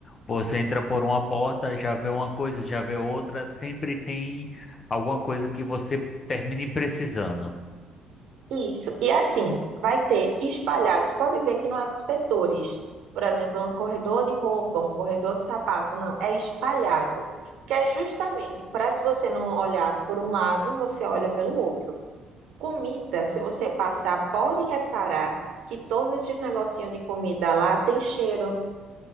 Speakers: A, on the left; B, on the right.
A: você entra por uma porta, já vê uma coisa, já vê outra, sempre tem alguma coisa que você termine precisando.
B: isso. E assim, vai ter espalhados. Pode ver que não é por setores. Por exemplo, um corredor de roupa, um corredor de sapato. Não, é espalhado. Que é justamente para se você não olhar por um lado, você olha pelo outro. Comida, se você passar, pode reparar que todos esses negocinhos de comida lá tem cheiro,